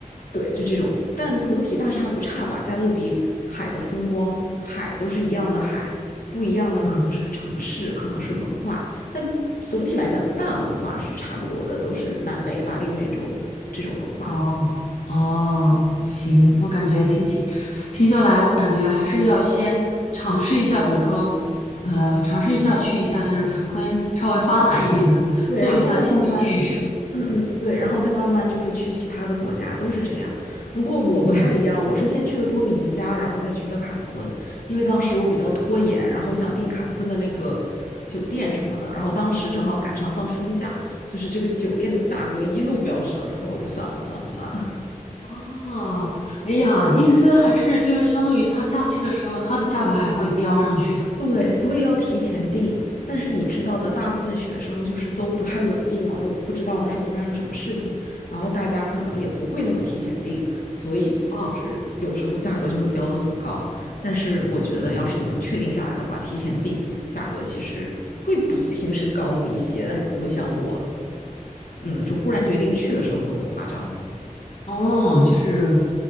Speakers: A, on the left; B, on the left.
A: 对，就这种，但总体大差不差吧。加勒比海的风光，海都是一样的海，不一样的可能是城市，
B: 嗯。
A: 可能是文化，但总体来讲，大文化是差不多的，都是南美、拉丁美洲这种文化。
B: 哦哦，行，我感觉听起听下来，我感觉还是要先尝试一下，比如说，呃，尝试一下去一下就是坎昆稍微发达一点的，
A: 对，
B: 做一下心理建设。
A: 然后再慢慢嗯嗯，对，然后再慢慢就是去其他的国家，都是这样。不过我不太一样，
B: 嗯，
A: 我是先去的多米尼加，然后再去的坎昆，因为当时我比较拖延，然后想订坎昆的那个酒店什么的，然后当时正好赶上放春假，就是这个酒店的价格一路飙升，然后我就算了算了算了。
B: 哦，哎呀，意思还是就是相当于它假期的时候，它的价格还会飙上去啊。
A: 对，所以要提前订。但是你知道的，大部分学生就是都不太稳定嘛，都不知道那时候会发生什么事情，然后大家可能也不会那么提前订，所以就是有时候价格就会标的很高。
B: 哦，
A: 但是我觉得，要是你能确定下来的话，提前订价格其实会比平时高那么一些，但是不会像我，嗯，就忽然决定去的时候那么夸张。
B: 哦，就是